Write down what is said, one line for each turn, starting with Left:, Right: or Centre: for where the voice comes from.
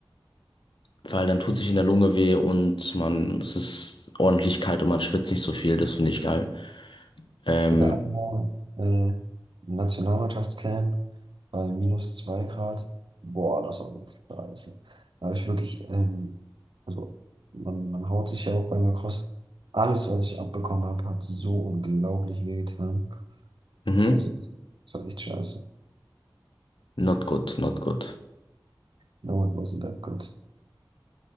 Left: weil dann tut sich in der Lunge weh und man, es ist ordentlich kalt und man schwitzt nicht so viel. Das finde ich geil. Ähm,
Right: Oder einmal äh, Nationalmannschaftscamp bei minus 2 Grad. Boah, das war so scheiße. Da habe ich wirklich, ähm, also man, man haut sich ja auch beim Lacrosse. Alles, was ich abbekommen habe, hat so unglaublich wehgetan.
Left: mhm.
Right: Also, das war echt scheiße.
Left: Not good, not good.
Right: No, it wasn't that good.